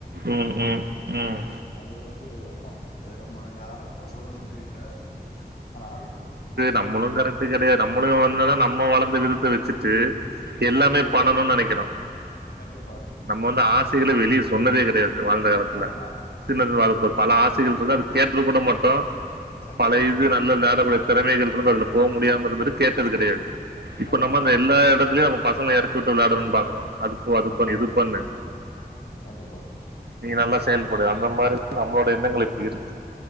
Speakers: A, on the left; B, on the right.
A: சிட்டிவேசன்
B: ம், ம்,
A: வருது
B: ம்.
A: அது வந்து ஆமா அது நம்ம யார கொற சொல்றதுன் தெரில ஆனாலு
B: நம்மளு கரெக்ட் கெடையா நம்மளு வந்தனா நம்ம வளந்த விதத்த வச்சுட்டு எல்லாமே
A: கண்டிப்பா
B: பண்ணணு நெனைக்கிறோ
A: கண்டிப்பா
B: நம்ம வந்து ஆசைகள வெளிய சொன்னதே கெடையாது வாழ்ந்த காலத்துல
A: ஆமா கண்டிப்பா
B: சிலது வரப்பப் பல ஆசைகள் இருக்கு அது கேட்ருகக்கூட மாட்டோ
A: கண்டிப்பா
B: பல இது நல்ல விளாடகூட திறமைகள் இருந்து அதுல போ முடியாம இருந்தது கேட்டது கெடையாது இப்ப
A: ஆமா
B: நம்ம
A: ஆமா
B: அந்த எல்லா எடத்துலயு நம்ம பசங்க இற க்யுட்டு விளாடணும்னு பாக்குறோ அதுப் போ அது
A: ஆமா
B: பண்ணு இது பண்ணு
A: கண்டிப்பா
B: நீ நல்லா செயல்படு அந்த மாரி நம்மளோட எண்ணங்கள் இப்பிடி இருக்கு